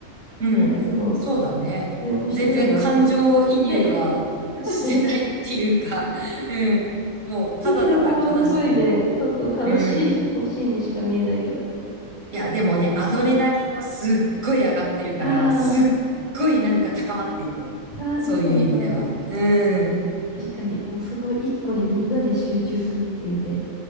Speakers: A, on the right; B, on the left.
A: うん。
B: なんかすごい、
A: そうだね。
B: ね、面白いなと思って。
A: 全然感情移入はしてないっていうか、
B: で、<laughs> そうだよね。
A: うん。もうただただこなしてる。
B: 見てる方はすごいね、そうそう、悲しいし、
A: うん。
B: 欲しいにしか見えないけど。
A: いや、でもね、アドレナリンはすっごい上がってるから、
B: あ
A: すっごいなんか高まってるよ。
B: あ、ああ、
A: そういう意味では。
B: そうなんだ。
A: うん。
B: 確かに、もうその一個にみんなで集中するっていうね。